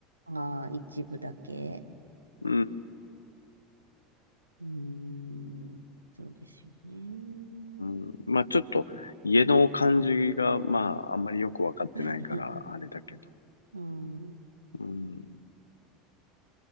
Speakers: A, on the right; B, on the left.
A: ああ、一部だけ。
B: うん。
A: うーん。そうですよね。
B: うん、まあ、ちょっと家の感じが、まあ、あんまりよくわかってないから、
A: <laughs>
B: あれだけど。
A: うん。
B: うん。